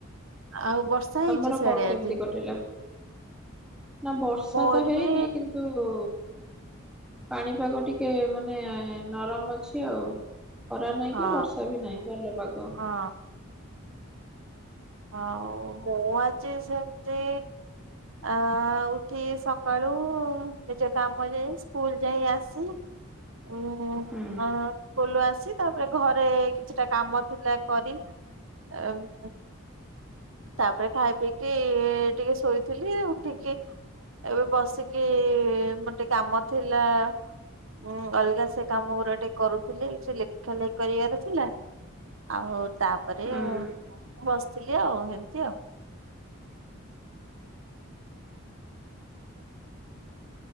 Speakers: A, on the right; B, in the centre.
A: ଆଉ ବର୍ଷା ହେଇଚି
B: ତମର
A: ସିଆଡେ
B: କଣ
A: ଆଜି?
B: କେମିତି ନା ବର୍ଷା
A: ମୋର
B: ତ ହେଇନି
A: ବି
B: କିନ୍ତୁ ଓ ପାଣି ପାଗ ଟିକେ ମାନେ ନରମ ଅଛି ଆଉ। ଖରା ନାଇଁ
A: ହଁ
B: କି ବର୍ଷା ବି ନାଇଁ ଭଲ ପାଗ।
A: ହଁ ହଉ ମୁଁ ଆଜି ସେମତି ଆ ଉଠି ସକାଳୁ ନିଜ କାମ ଯାଇ ସ୍କୁଲ ଯାଇ ଆସି ଉଁ ଅଁ
B: ହୁଁ
A: ସ୍କୁଲ ରୁ ଆସି ତାପରେ ଘରେ କିଛି ଟା କାମ ଥିଲା କରି ତା ଉଁ ତାପରେ ଖାଇ ପିଇକି ଟିକେ ଶୋଇଥିଲି ଉଠିକି ଏବେ ବସିକି ଗୋଟେ କାମ ଥିଲା ଉଁ ଅଲଗା ସେ କାମ ଗୁରା ଟିକେ କରୁଥିଲି ସେ ଲେଖା ଲେଖି କରିଆର ଥିଲା। ଆଉ ତାପରେ
B: ହୁଁ।
A: ମୁଁ ମୁଁ ବସଥିଲି ଆଉ ଏମତି ଆଉ।